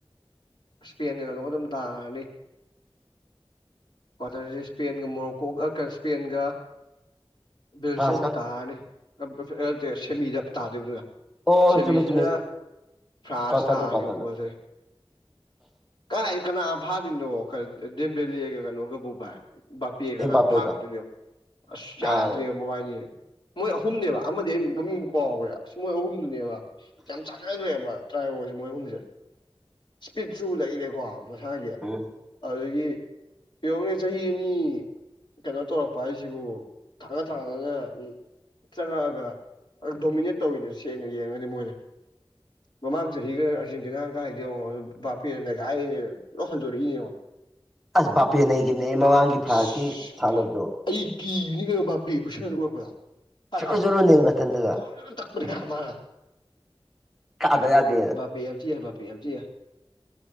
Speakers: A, on the left; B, in the centre.
A: ꯏꯁꯄꯦꯟꯒ ꯀꯩꯅꫭꯒ ꯑꯗꯨꯝ ꯇꯥꯔꯅꯤ ꯀ꯭ꯋꯥꯇꯔꯖ‌ꯦ ꯏꯁꯄꯦꯟꯒ ꯃꯣꯔꯣꯛꯀꯣꯒ ꯑ ꯀꯩ ꯏꯁꯄꯦꯟꯒ ꯕꯦꯜꯖꯤꯌꯝꯒ
B: ꯐ꯭ꯔꯥꯟꯁꯀ
A: ꯇꯥꯔꯅꯤ ꯀꯝꯄꯜꯁ ꯑ ꯅꯠꯇꯦ ꯁꯦꯃꯤꯗ ꯇꯥꯗꫭꯏꯕ ꯑꯗꯨꯅ
B: ꯑꯣ
A: ꯁꯦꯃꯤꯁꯤꯅ
B: ꯆꯨꯝꯃꯤ ꯆꯨꯝꯃꯤ
A: ꯐ꯭ꯔꯥꯟꯁ
B: ꯀ꯭ꯋꯥꯇꯔꯗ
A: ꯇꯥꯔꯅꯤꯕ
B: ꯀ꯭ꯋꯥꯇꯔꯗ
A: ꯀꯝꯄꯜꯁꯔꯤ ꯀꯥꯏ ꯀꯅꯥ ꯐꯥꯗꯣꯏꯅꯣ ꯗꯦꯝꯕꯦꯂ‌ꯦꯒ ꯀꯩꯅꯣꯒꯕꯨ ꯚꯥꯏ ꯕꯥꯄꯦ ꯀꯅꯥ
B: ꯑꯦꯝꯕꯥꯄꯦꯒ
A: ꯐꯥꯉꯝꯗꯣꯏꯅꫭ ꯌꯦꯡꯎꯣ ꯑꯁ ꯌꯥꯗ꯭ꯔꯦꯕ
B: ꯑꯥ
A: ꯃꯣꯕꯥꯏꯅꯤ ꯃꯣꯏ ꯑꯍꯨꯝꯅꯦꯕ ꯑꯃꯗꯤ ꯑꯩ ꯃꯃꯤꯡꯕꯨ ꯀꯥꯎꯒꯔꯦ ꯑꯁ ꯃꯣꯏ ꯑꯍꯨꯝꯗꯨꯅꯦꯕ ꯌꯥꯝ ꯆꯥꯟꯅꯒ꯭ꯔꯦꯕ ꯇ꯭ꯔꯥꯏꯌꫭꯁꯦ ꯃꯣꯏ ꯑꯍꯨꯝꯁꯦ ꯏꯁꯄꯤꯠꯁꯨ ꯂꯩꯔꯦꯀꯣ ꯃꯁꯥꯒꯤ
B: ꯎꯝ
A: ꯑꯗꯨꯗꯒꯤ ꯌꯦꯡꯉꫭꯅꯦ ꯆꯍꯤ ꯑꯅꯤ ꯀꯩꯅꯣ ꯇꯧꯔꯛꯄ ꯍꯥꯏꯁꯤꯕꯨ ꯊꯥꯡꯅ ꯊꯪꯅꯅ ꯆꯪꯉꯛꯑꯒ ꯗꯣꯃꯤꯅꯦꯠ ꯇꯧꯋꯤꯅꯦ ꯁꯦꯡꯅ ꯌꯦꯡꯉꯒꯗꯤ ꯃꯣꯏꯅ ꯃꯃꯥꯡ ꯆꯍꯤꯒ ꯑꯔꯖꯦꯟꯇꯤꯅꯥꯅ ꯀꯥꯏ ꯌꯦꯡꯉꯣ ꯕꯥꯄꯦꯅ ꯅꯩꯈꯥꯢꯔꯤꯅꯦ ꯀꯩꯅꯣ ꯂꫭꯏ ꯍꯟꯗꯣꯔꯛꯏꯅꯦ ꯌꯦꯡꯉꫭ
B: ꯑꯁ ꯕꯥꯄꯦ ꯅꯩꯒꯤꯝꯅꯤꯍꯦ ꯃꯃꯥꯡꯒꯤ
A: ꯑꯁ
B: ꯐ꯭ꯔꯥꯟꯁꯀꯤ ꯁꯥꯟꯅꯕꯗꯣ
A: ꯑꯩ ꯀꯤꯕꯅꯤ ꯀꯩꯅꯣ ꯕꯥꯄꯦꯒꯤ ꯈꯨꯁꯥꯅꯗꫭ ꯎꯔꯛꯄꯗ ꯍꯥꯏ
B: ꯖꯨꯔꯨ
A: ꯍꯥꯏ
B: ꯖꯨꯔꯨ ꯅꯩ ꯃꯊꯟꯗꯅ
A: ꯖꫭꯔꫭ ꯖꫭꯔ ꯇꯛꯄꯅꯦ ꯃꯥꯅ
B: ꯀꯥꯗ ꯌꯥꯗꯦꯅ
A: ꯄꯤ ꯑꯆ ꯕꯥꯄꯤ <unintelligible>